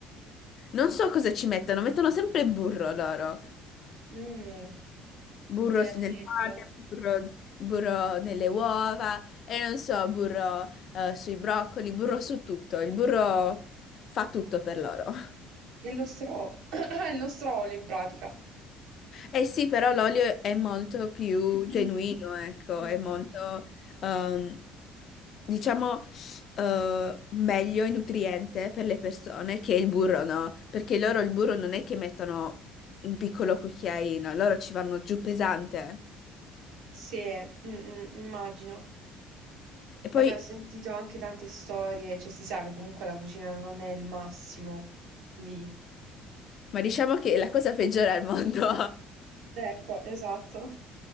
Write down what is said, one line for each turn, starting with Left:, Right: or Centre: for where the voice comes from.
Left: Non so cosa ci mettono, mettono sempre burro loro.
Right: <laughs> mm,
Left: burro
Right: terribile.
Left: s- nel pane, burro, burro nelle uova e non so, burro eh, sui broccoli, burro su tutto. Il burro fa tutto per loro. <laughs>
Right: E lo stro... <clears throat> il nostro olio, in pratica.
Left: Eh sì, però l'olio è molto più
Right: Mm.
Left: genuino, ecco,
Right: Mm.
Left: è molto, ehm, diciamo, eh, meglio e nutriente per le persone che il burro, no? Perché loro il burro non è che mettono un piccolo cucchiaino, loro ci vanno giù pesante.
Right: Sì, mm, mm, immagino.
Left: E
Right: Abbiamo
Left: poi
Right: sentito anche tante storie, cioè si sa che comunque la cucina non è il massimo lì.
Left: Ma diciamo che la cosa peggiore al mondo
Right: Ecco, esatto.